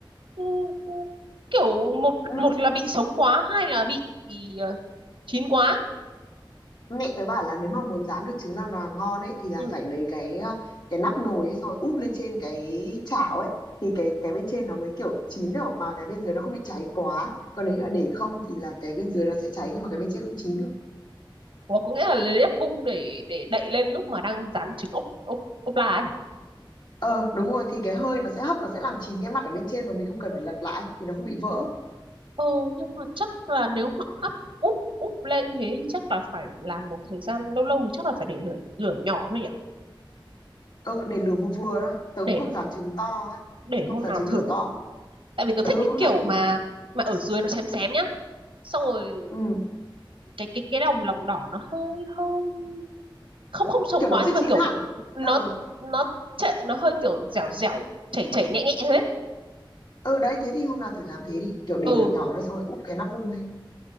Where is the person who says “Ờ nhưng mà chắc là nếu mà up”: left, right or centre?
Right